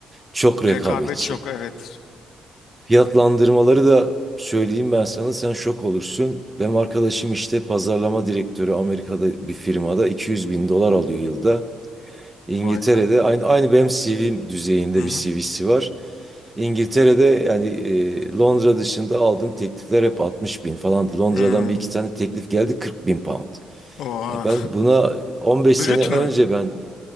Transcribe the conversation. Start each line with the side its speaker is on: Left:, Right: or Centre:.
Right: çok rekabetçi.
Left: rekabet çok evet
Right: Fiyatlandırmaları da söyleyeyim ben sana sen şok olursun. Benim arkadaşım işte pazarlama direktörü Amerika'da bir firmada 200 bin dolar alıyor yılda. İngiltere'de
Left: vay be.
Right: aynı, aynı benim CV'm düzeyinde
Left: Hı hı.
Right: bir CV'si var. İngiltere'de yani e, Londra dışında aldığım teklifler hep 60 bin falan. Londra'dan
Left: Hmm.
Right: bir iki tane teklif geldi 40 bin pound.
Left: Oha.
Right: Ya ben buna 15
Left: <laughs> Brüt
Right: sene önce
Left: mü?
Right: ben